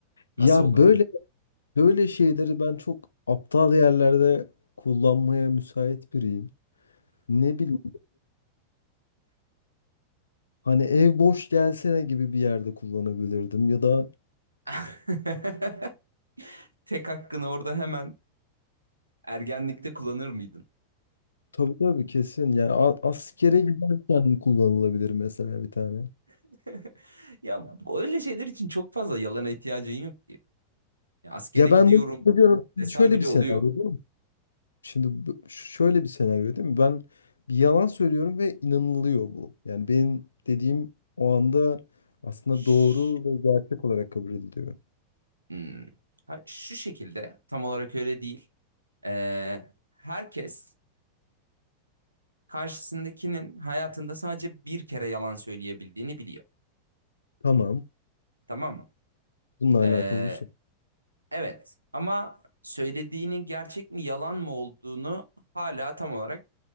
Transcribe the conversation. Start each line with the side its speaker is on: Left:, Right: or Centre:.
Right: Nasıl
Left: Ya
Right: olurdu?
Left: böyle böyle şeyleri ben çok aptal yerlerde kullanmaya müsait biriyim. Ne bileyim hani ev boş gelsene gibi bir yerde kullanabilirdim ya da
Right: <laughs> Tek hakkını orada hemen ergenlikte kullanır mıydın?
Left: tabii tabii kesin yani a- askere giderken kullanılabilir mesela bir tane.
Right: <laughs> Ya bu- öyle şeyler için çok fazla yalana ihtiyacın yok ki. Ya askere
Left: Ya
Right: gidiyorum
Left: ben bunu söylüyorum
Right: desem
Left: şöyle
Right: bile
Left: bir senaryo.
Right: oluyor.
Left: Şimdi bu- şöyle bir senaryo değil mi? Ben bir yalan söylüyorum ve inanılıyor bu. Yani benim dediğim o anda aslında
Right: Şş,
Left: doğru ve gerçek olarak kabul ediliyor.
Right: hmm. Ha, şu şekilde tam olarak öyle değil. Ee, herkes karşısındakinin hayatında sadece bir kere yalan söyleyebildiğini biliyor.
Left: Tamam.
Right: Tamam mı?
Left: Bununla
Right: Ee,
Left: alakalı bir soru.
Right: evet ama söylediğinin gerçek mi yalan mı olduğunu hala tam olarak